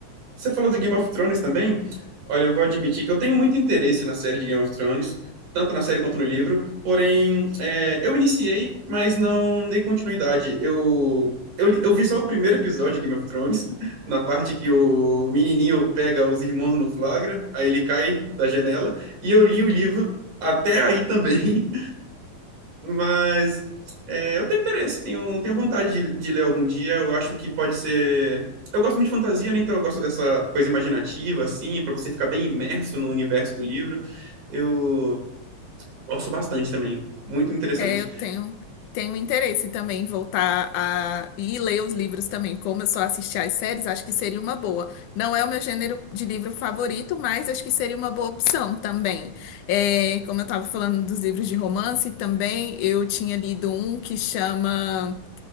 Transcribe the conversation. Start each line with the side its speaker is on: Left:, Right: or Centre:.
Right: Você falou do Game of Thrones também? Olha, eu vou admitir que eu tenho muito interesse na série de Game of Thrones, tanto na série quanto no livro, porém, é, eu iniciei, mas não dei continuidade. Eu, eu, eu vi só o primeiro episódio de Game of Thrones, <laughs> na parte que o menininho pega os irmãos no flagra, aí ele cai da janela, e eu li o livro até aí também, mas é, eu tenho interesse, tenho, tenho vontade de, de ler algum dia. Eu acho que pode ser. Eu gosto muito de fantasia, né? Então eu gosto dessa coisa imaginativa, assim, para você ficar bem imerso no universo do livro. Eu gosto bastante também. Muito interessante.
Left: É, eu tenho, tenho interesse também em voltar a e ler os livros também. Como eu só assisti às séries, acho que seria uma boa. Não é o meu gênero de livro favorito, mas acho que seria uma boa opção também. É, como eu estava falando dos livros de romance também, eu tinha lido um que chama.